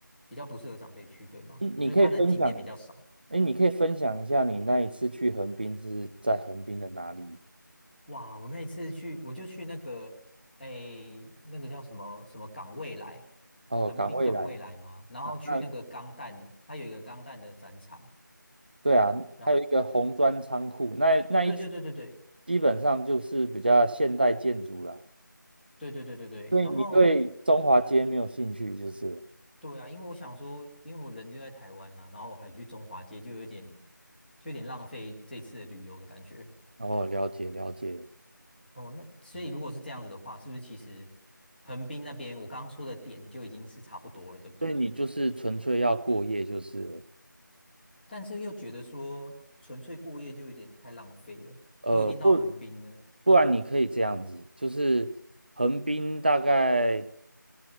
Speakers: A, in the centre; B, on the right.
A: 比较不适合长辈去，对吗？
B: 你你可以分享，
A: 就是它的景点比较少。
B: 哎，你可以分享一下你那一次去横滨是在横滨的哪里？
A: 哇，我那一次去，我就去那个，诶，那个叫什么什么港未来，
B: 哦，
A: 横滨港未来嘛，
B: 港未来
A: 然后去那个钢弹，
B: 啊，那。
A: 它有一个钢弹的展场，
B: 对啊，
A: 然后
B: 还有一个红砖仓库，那那一区
A: 对对对对对
B: 基本上就是比较现代建筑啦。
A: 对对对对对，
B: 所以你对中华街没有兴趣，
A: 然后
B: 就是了
A: 对啊，因为我想说，因为我人就在台湾呐、然后我还去中华街，就有点就有点浪费这次的旅游的感觉。
B: 哦，了解了解，
A: 哦，那所以如果是这样子的话，
B: 嗯，
A: 是不是其实横滨那边我刚刚说的点就已经是差不多了，对不对？
B: 所以你就是纯粹要过夜就是了
A: 但是又觉得说纯粹过夜就有点太浪费了，
B: 呃，
A: 都已经到横滨了，
B: 不不然你可以这样子，就是横滨大概